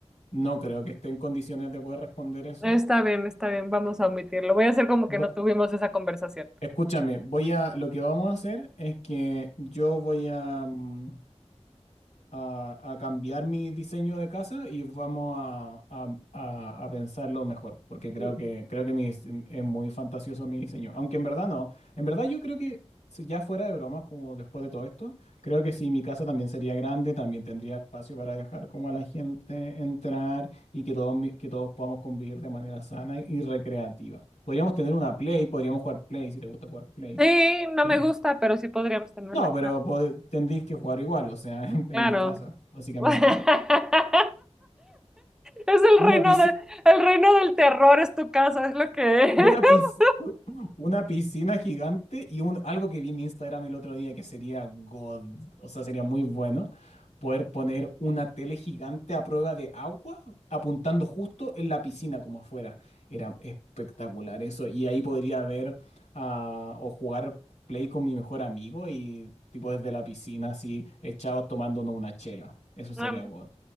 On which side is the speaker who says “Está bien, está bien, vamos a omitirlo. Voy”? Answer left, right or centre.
Centre